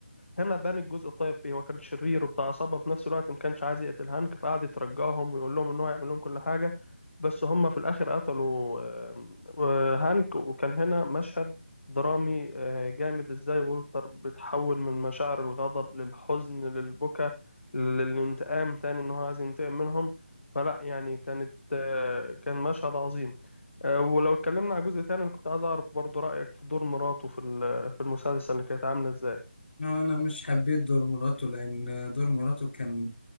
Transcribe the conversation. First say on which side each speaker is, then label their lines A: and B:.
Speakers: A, on the left; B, on the left.
A: هنا بان الجزء الطيب فيه هو كان شرير وبتاع عصابة في نفس الوقت ما كانش عايز يقتل هانك فقعد يترجاهم ويقول لهم ان هو يعمل لهم كل حاجة بس هم في الاخر قتلوا آه، آه، هانك وكان هنا مشهد درامي آه، جامد ازاي والتر بتحول من مشاعر الغضب للحزن للبكا للانتقام تاني ان هو عايز ينتقم منهم فلا يعني كانت آه، كان مشهد عظيم آه، ولو اتكلمنا على جزء تاني انا كنت عايز اعرف برضو رأيك في دور مراته في ال- في المسلسل اللي كانت عاملة ازاي
B: هو انا مش حبيت دور مراته لان دور مراته كان